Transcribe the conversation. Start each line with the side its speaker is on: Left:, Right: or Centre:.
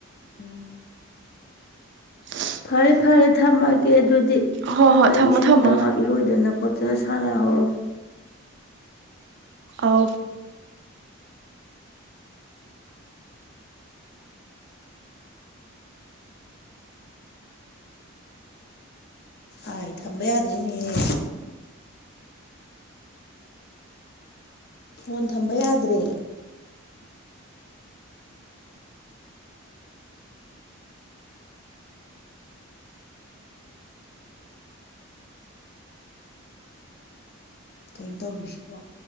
Left: ꯎꯝ
Right: ꯍ
Left: ꯐꯥꯔꯦ ꯐꯥꯔꯦ ꯊꯝꯃꯒꯦ ꯑꯗꯨꯗꯤ
Right: ꯍꯣ ꯍꯣꯏ
Left: ꯅꯪ
Right: ꯊꯝꯃꯣ
Left: ꯏꯁꯤꯡꯗ
Right: ꯊꯝꯃꯣ
Left: ꯉꯥꯏꯍꯥꯛ ꯏꯔꯣꯏꯗꯅ ꯈꯣꯠ ꯖꯥꯅ ꯁꯥꯟꯅ ꯍꯧꯔꯣ
Right: ꯑꯥꯎ
Left: ꯑꯥꯏ ꯊꯝꯕ ꯌꯥꯗ꯭ꯔꯦꯅꯦꯍꯦ ꯐꯣꯟ ꯊꯝꯕ ꯌꯥꯗ꯭ꯔꯦ ꯀꯩꯟ ꯇꯧꯔꯤꯁꯤꯕꯣ